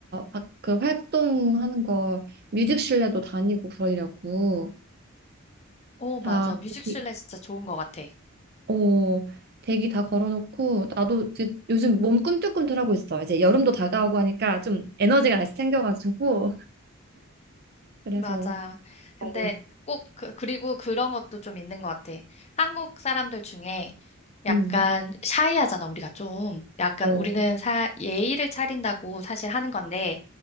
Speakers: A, on the right; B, on the left.
A: 막 그 활동하는 거 뮤직실내도 다니고 그러려고
B: 오, 맞아.
A: 다
B: 뮤직실내
A: 대기,
B: 진짜 좋은 것 같아.
A: 어, 대기 다 걸어놓고 나도 이제 요즘 몸 꿈틀꿈틀하고 있어. 이제 여름도 다가오고 하니까 좀 에너지가 다시 생겨가지고 그래서
B: 맞아. 근데
A: 어,
B: 꼭 그, 그리고 그런 것도 좀 있는 것 같아. 한국 사람들 중에 약간
A: 음,
B: 샤이하잖아, 우리가 좀. 약간
A: 어,
B: 우리는 사, 예의를 차린다고 사실 하는 건데,